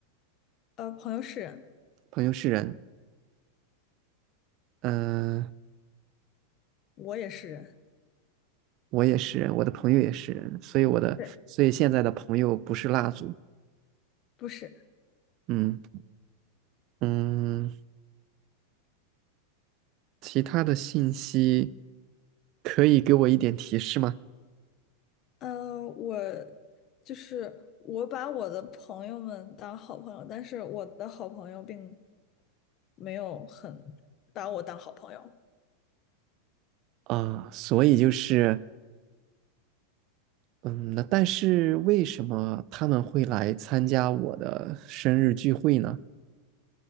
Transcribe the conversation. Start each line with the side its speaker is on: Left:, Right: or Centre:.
Left: 呃，朋友是人。
Right: 朋友是人，嗯、
Left: 我也是人，
Right: 我也是人，我的朋友也是人，所以我的，
Left: 对，
Right: 所以现在的朋友不是蜡烛，
Left: 不是，
Right: 嗯嗯，其他的信息可以给我一点提示吗？
Left: 呃，我就是我把我的朋友们当好朋友，但是我的好朋友并没有很把我当好朋友，
Right: 啊，所以就是，嗯，那但是为什么他们会来参加我的生日聚会呢？